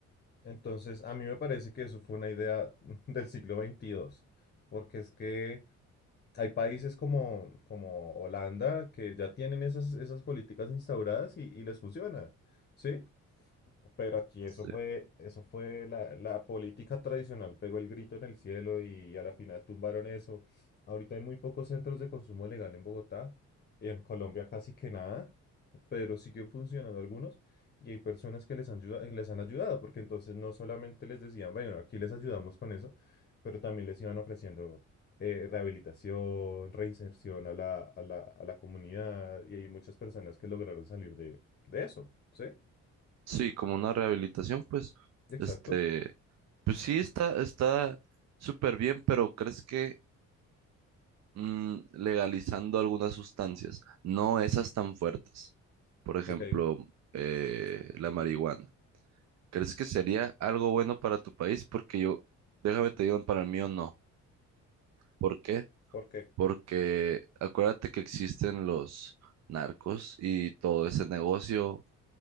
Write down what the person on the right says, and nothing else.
Sí,
Sí, como una rehabilitación, pues,
este, pues sí está, está súper bien, pero ¿crees que... mm, legalizando algunas sustancias, no esas tan fuertes. Por ejemplo,
eh, la marihuana. ¿Crees que sería algo bueno para tu país? Porque yo, déjame te digo, para el mío no. ¿Por qué?
Porque acuérdate que existen los narcos y todo ese negocio,